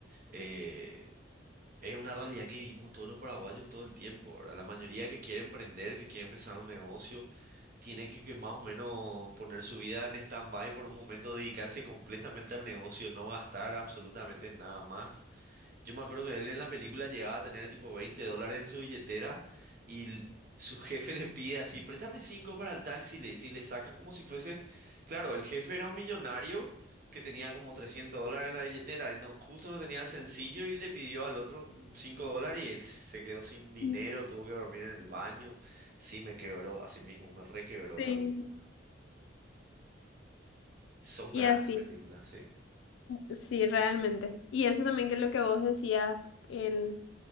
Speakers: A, on the right (about 50°); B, on the left (about 80°).
A: eh, es una realidad que vivimos todos los paraguayos todo el tiempo, ¿verdad? La mayoría que quiere emprender, que quiere empezar un negocio, tiene que, que más o menos poner su vida en stand-by por un momento, dedicarse completamente al negocio, no gastar absolutamente nada más. Yo me acuerdo que él en la película llegaba a tener tipo 20 dólares en su billetera y l- su jefe le pide así, préstame 5 para el taxi, le dice y le saca como si fuese, claro, el jefe era un millonario que tenía como 300 dólares en la billetera y no, justo no tenía el sencillo y le pidió al otro un 5 dólares y él se quedó sin dinero,
B: Sí.
A: tuvo que dormir en el baño. Sí, me quebró, así mismo, me requebró
B: Sí,
A: esa película. Son
B: y
A: grandes
B: así.
A: películas, sí.
B: Sí, realmente. Y eso también que es lo que vos decías, el,